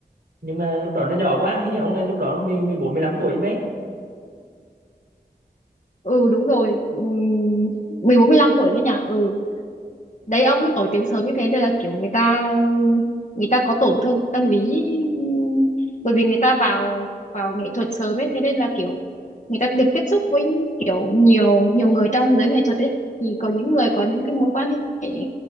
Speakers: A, on the right (about 80°); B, on the left (about 45°).
A: nhưng mà lúc đó nó nhỏ quá hình như ông này lúc đó mười mười bốn mười lăm tuổi chứ mấy
B: Ừ đúng rồi. Ừ, 14 15 tuổi đấy nhỉ. Ừ đấy ông ấy nổi tiếng sớm như thế nên là kiểu người ta người ta có tổn thương tâm lý ừm, bởi vì người ta vào vào nghệ thuật sớm ấy thế nên là kiểu người ta được tiếp xúc với kiểu nhiều nhiều người trong giới nghệ thuật ấy thì có những người có những cái mối quan hệ